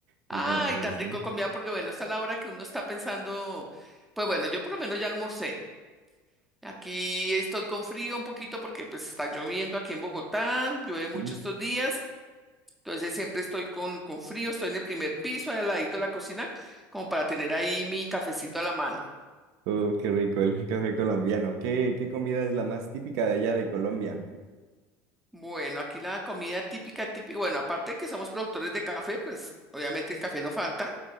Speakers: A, in the centre; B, on the right (about 60°).
A: Ay,
B: ¿Y con las cosas
A: tan rico
B: tú?
A: comida porque bueno, está la hora que uno está pensando, pues bueno, yo por lo menos ya almorcé. Aquí estoy con frío un poquito porque pues está lloviendo aquí en Bogotá, llueve mucho
B: ¿Mm?
A: estos días, entonces siempre estoy con, con frío, estoy en el primer piso, ahí al ladito de la cocina, como para tener ahí mi cafecito a la mano.
B: Oh, qué rico el café colombiano. ¿Qué, qué comida es la más típica de allá de Colombia?
A: Bueno, aquí la comida típica, típica, bueno, aparte de que somos productores de café, pues obviamente el café no falta.